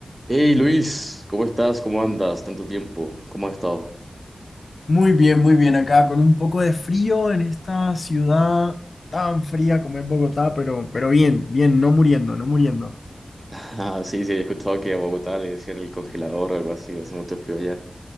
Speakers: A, on the right; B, on the left.
A: Hey Luis, ¿cómo estás? ¿Cómo andas? Tanto tiempo, ¿cómo has estado? <laughs>
B: Muy bien, muy bien acá, con un poco de frío en esta ciudad tan fría como es Bogotá, pero, pero bien, bien, no muriendo, no muriendo.
A: Ah, sí, sí, he escuchado que a Bogotá le decían el congelador o algo así, hace mucho frío allá.